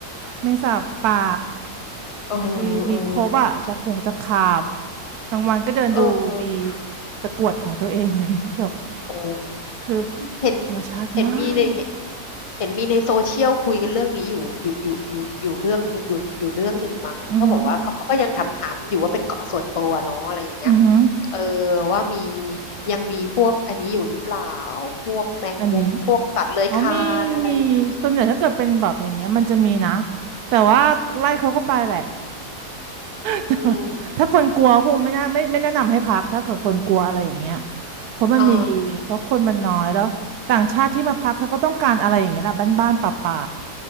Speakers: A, on the right; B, on the left.
A: แมงสาบป่า
B: เออ
A: มีมีครบอะตะขงตะขาบ
B: เออ
A: กลางวันก็เดินดูมี
B: เออ
A: ตะกรวดของตัวเองอะไรอย่างเงี้ยแบบ
B: โอ้
A: คือ
B: เห็น
A: ธรรมชาติมาก
B: เห็นมีในเห็นมีในโซเชียลคุยกันเรื่องนี้อยู่อยู่อยู่อยู่อยู่เรื่องอยู่อยู่เรื่องหนึ่งมั้ง
A: อือหือ
B: เขาบอกว่าเขาเขาก็ยังถามถามอยู่ว่าเป็นเกาะส่วนตัวเนาะอะไรอย่างเงี้ย
A: อือหือ
B: เออว่ามียังมีพวกอันนี้อยู่หรือเปล่า พวกแมงมุม
A: อันนี้
B: พวกสัตว์เลื้อยคลานอะไรอย่างเงี้ย
A: อ๋อมีมีส่วนใหญ่ถ้าเกิดเป็นแบบอย่างเงี้ยมันจะมีนะแต่ว่าไล่เขาก็ไปแหละ แต่ว่า
B: อืม
A: <laughs> ถ้าคนกลัวคงไม่น่าไม่ไม่แนะนำให้พักถ้าเกิดคนกลัวอะไรอย่างเงี้ยเพราะมันมีเพราะคนมันน้อยแล้วต่างชาติที่มาพักเขาก็ต้องการอะไรอย่างเงี้ยแหละบ้านๆป่า
B: อ่า